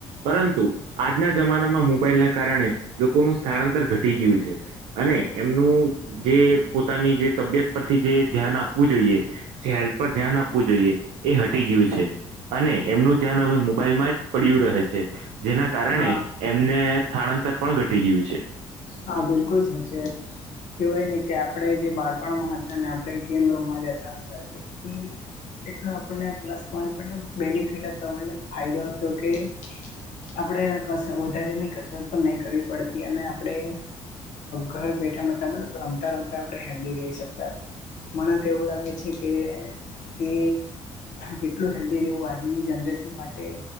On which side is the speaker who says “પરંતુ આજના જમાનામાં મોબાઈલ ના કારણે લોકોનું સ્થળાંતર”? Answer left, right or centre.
Right